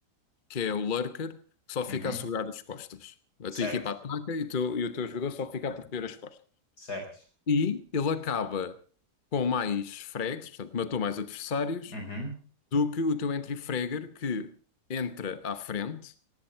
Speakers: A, on the left; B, on the left.
A: que é o lurker, que só fica
B: Uhum,
A: a segurar as costas. A
B: certo,
A: tua equipa ataca e o teu, e o teu jogador só fica a proteger as costas.
B: certo.
A: E ele acaba com mais frags, portanto, matou mais adversários,
B: Uhum.
A: do que o teu entry fragger, que entra à frente,